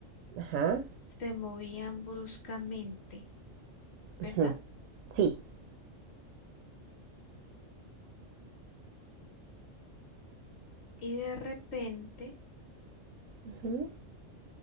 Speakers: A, on the right; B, on the left.
A: Ajá.
B: se movían bruscamente, ¿verdad?
A: ujú, Sí.
B: Y de repente,
A: Ujú.